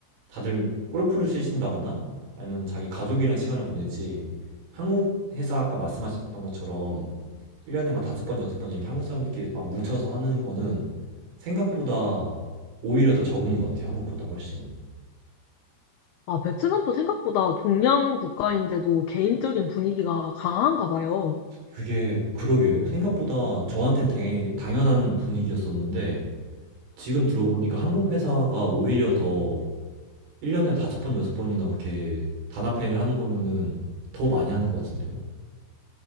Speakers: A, on the right (about 80°); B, on the left (about 85°).
A: 다들 골프를 치신다거나 아니면 자기 가족이랑 시간을 보내지 한국 회사 아까 말씀하셨던 것처럼 1년에 막 다섯 번, 여섯 번 이렇게 한국 사람들끼리 막 뭉쳐서 하는 거는 생각보다 오히려 더 적은 것 같아요. 한국보다 훨씬.
B: 아, 베트남도 생각보다 동양 국가인데도 개인적인 분위기가 강한가 봐요.
A: 그게, 그러게요. 생각보다 저한텐 되게 당연한 분위기였었는데, 지금 들어보니까 한국 회사가 오히려 더 1년에 5번, 6번이나 그렇게 단합회의를 하는 거면은 더 많이 하는 것 같은데요?